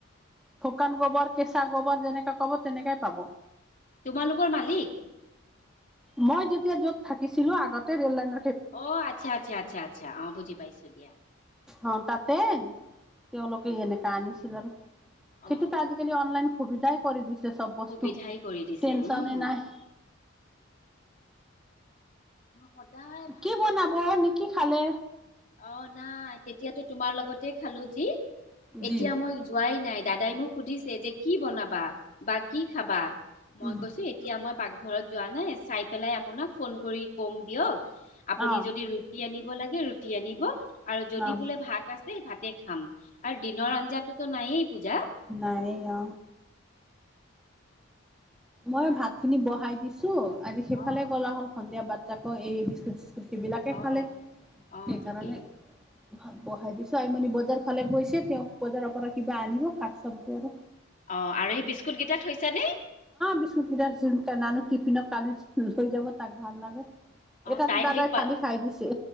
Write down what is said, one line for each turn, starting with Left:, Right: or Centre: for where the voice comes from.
Centre: শুকান গোবৰ, কেঁচা গোবৰ যেনেকাে কব তেনেকাই পাব।
Left: তোমালোকৰ মালিক?
Centre: মই যেতিয়া য'ত থাকিছিলো আগতে ৰেল লাইন
Left: অ, আচ্ছা, আচ্ছা, আচ্ছা, আচ্ছা অ বুজি পাইছো দিয়া।
Centre: অ, তাতে তেওঁলোকে এনেকা আনিছিল আৰু। খেতিতো
Left: অ
Centre: আজিকালি অনলাইন সুবিধাই কৰি দিছে। চব বস্তু
Left: সুবিধাই কৰি দিছে
Centre: টেনচনে
Left: উম
Centre: নাই।
Left: মই সদায় ভাবো
Centre: কি বনাব
Left: এইটো কথা
Centre: নে কি খালে?
Left: অ, নাই তেতিয়াতো তোমাৰ লগতে খালো যি, এতিয়া
Centre: জি
Left: মই যোৱাই নাই। দাদাই মোক সুধিছে যে কি বনাবা বা কি খাবা? মই
Centre: উম।
Left: কৈছো এতিয়া মই পাকঘৰত যোৱা নাই চাই পেলাই আপোনাক ফোন কৰি কম দিয়ক। আপুনি
Centre: অ',
Left: যদি ৰুটি আনিব লাগে ৰুটি আনিব আৰু যদি
Centre: অ',
Left: বোলে ভাত আছে ভাতে খাম আৰু দিনৰ আঞ্জাতো নায়েই পূজা।
Centre: নাই অ।
Left: এতিয়া
Centre: মই ভাত খিনি বহাই দিছো আজি সেইফালে
Left: অ
Centre: গলা হল সন্ধিয়া বাটাকৌ এই বিস্কুট সেইবিলাকে খালে
Left: অ অ
Centre: সেইকাৰণে।
Left: ঠিকেই
Centre: ভাত বহাই দিছো আই মি বজাৰ ফালে গৈছে তেওঁ বজাৰৰ পৰা কিবা আনিব শাক চব্জি আৰু।
Left: অ, আৰু সেই বিস্কুট কেইটা থৈছানে?
Centre: বিস্কুত কেইটা নানু টিফিনত কালি লৈ যাব তাক ভাল লাগে।
Left: অ
Centre: এটাতটো
Left: তাই
Centre: দাদাই
Left: সেই পা
Centre: ফালি খাই দিছিল।